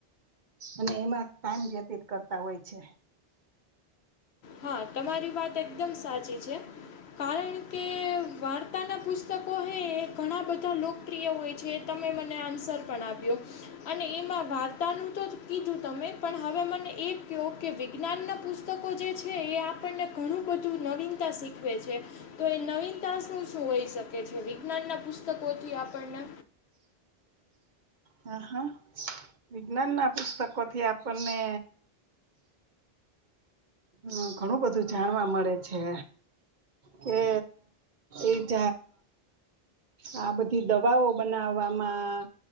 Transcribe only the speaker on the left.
હા તમારી વાત એકદમ સાચી છે કારણ કે વાર્તાનાં પુસ્તકો હ ઘણા બધા લોકપ્રિય હોય છે તમે મને આન્સર પણ આપ્યો અને એમાં વાર્તાનું તો કીધું તમે પણ હવે મને એ કહો કે વિજ્ઞાનનાં પુસ્તકો જે છે છે એ આપણને ઘણું બધું નવીનતા શીખવે છે તો એ નવીનતા શું શું હોઈ શકે છે વિજ્ઞાનના પુસ્તકોથી આપણને